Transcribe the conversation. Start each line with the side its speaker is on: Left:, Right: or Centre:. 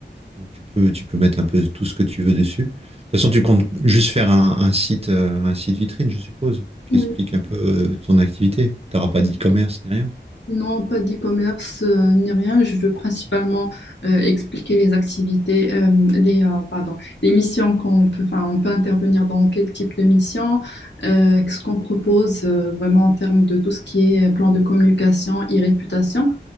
Right: Donc tu peux, tu peux mettre un peu tout ce que tu veux dessus. De toute façon, tu comptes juste faire un, un site, euh, un site vitrine, je suppose, qui
Left: Oui.
Right: explique un peu euh, ton activité. Tu n'auras pas d'e-commerce ni rien.
Left: Non, pas d'e-commerce euh, ni rien. Je veux principalement euh, expliquer les activités, euh, les, euh, pardon, les missions qu'on peut, enfin, on peut intervenir dans quel type de mission, euh, ce qu'on propose euh, vraiment en termes de tout ce qui est plan de communication et réputation.